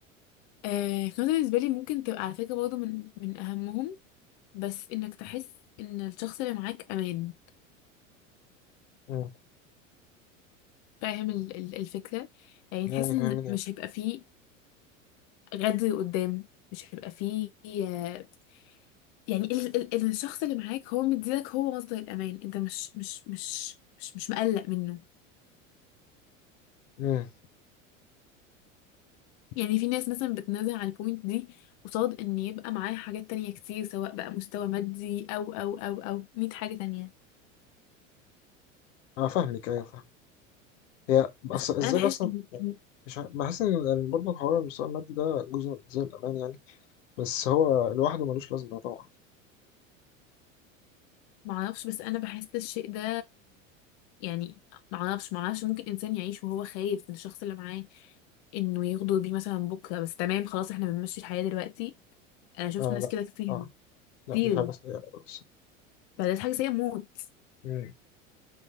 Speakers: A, on the left; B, on the left.
A: آه الخمسه بالنسبه لي ممكن تبقى على فكره برضه من من اهمهم بس انك تحس ان الشخص اللي معاك امان
B: مم.
A: فاهم ال- ال- الفكره يعني
B: يعني
A: تحس ان
B: فاهمني
A: مش هيبقى فيه غدر قدام مش هيبقى فيه آه، يعني ال ال ال- الشخص اللي معاك هو مديلك هو مصدر الأمان انت مش مش مش مش مش مقلق منه
B: امم
A: يعني في ناس مثلا بتنازل على البوينت دي قصاد ان يبقى معاه حاجات تانية كتير سواء بقى مستوى مادي او او او او 100 حاجة تانية
B: انا فاهمك ايوه فاهم هي بس
A: بس
B: ازاي
A: انا بحس
B: اصلا
A: ان
B: يعني،
A: إن-
B: مش عارف- بحس ان إن برضه حوار المستوى المادي ده جزء من زي الامان يعني بس هو لوحده ملوش لازمه طبعا
A: معرفش بس انا بحس الشيء ده يعني معرفش معرفش ممكن انسان يعيش وهو خايف من الشخص اللي معاه انه يغدر بيه مثلا بكرة بس تمام خلاص احنا بنمشي الحياة دلوقتي انا شفت
B: آه
A: ناس
B: لا
A: كده كتير
B: اه لا
A: كتير
B: دي حاجه سيئه أوي بس
A: فده حاجة سيئة موت
B: مم.